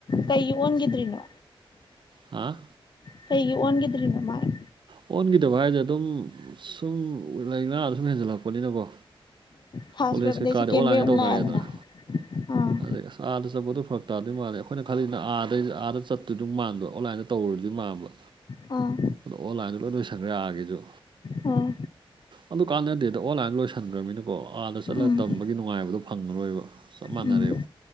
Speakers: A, on the left; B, on the right.
A: ꯀꯩ ꯑꯣꯟꯈꯤꯗ꯭ꯔꯤꯅꯣ
B: ꯍꯥꯥ
A: ꯀꯨ ꯑꯣꯟꯒꯗꯔꯤꯅ ꯃꯥꯥꯏ
B: ꯑꯣꯟꯈꯤꯗꯕ ꯍꯥꯏꯁꯦ ꯑꯗꯨꯝ ꯁꯨꯝ ꯂꯥꯏꯅꯥꯗ ꯁꯨꯝ ꯍꯦꯟꯖꯜꯂꯛꯄꯅꯤꯅꯀꯣ
A: ꯐꯥꯔꯁ
B: ꯀꯣꯂꯦꯖ
A: ꯋꯦꯞ ꯑꯗꯩ
B: ꯀꯩꯀꯥꯗꯤ
A: ꯁꯦꯀꯦꯟ
B: ꯑꯣꯟꯂꯥꯏꯟꯁ
A: ꯋꯦꯞ ꯑꯃꯨꯛ
B: ꯇꯧꯅꯔꯦꯗꯅ
A: ꯂꯥꯛꯑꯦꯗꯅ ꯑꯥ
B: ꯑꯩ ꯑꯁꯥ ꯆꯠꯄꯗꯣ ꯐꯔꯛ ꯇꯥꯔꯗꯤ ꯃꯥꯜꯂꯦ ꯑꯩꯈꯣꯏꯅ ꯈꯜꯂꯤꯅ ꯑꯥꯗꯩ ꯑꯥꯗ ꯆꯠꯇꯣꯏꯗꯨꯗꯤ ꯃꯥꯟꯕ ꯑꯣꯟꯂꯥꯏꯟꯗ ꯇꯧꯔꯨꯔꯗꯤ ꯃꯥꯟꯕ
A: ꯑ
B: ꯑꯗꯣ ꯑꯣꯟꯂꯥꯏꯟꯗ ꯂꯣꯏ ꯂꯣꯏ ꯁꯪꯈꯔꯛꯑꯒꯦꯁꯨ
A: ꯑꯥ
B: ꯑꯗꯨ ꯀꯥꯟꯅ ꯗꯦꯗ ꯑꯣꯟꯂꯥꯏꯟ ꯂꯣꯏꯁꯤꯟꯈ꯭ꯔꯃꯤꯅꯀꯣ ꯑꯥꯗ ꯆꯠꯂꯒ
A: ꯎꯝ
B: ꯇꯝꯕꯒꯤ ꯅꯨꯡꯉꯥꯏꯕꯗꯣ ꯐꯪꯉꯔꯣꯏꯕ ꯆꯞ ꯃꯥꯟꯅ
A: ꯎꯝ
B: ꯑꯕ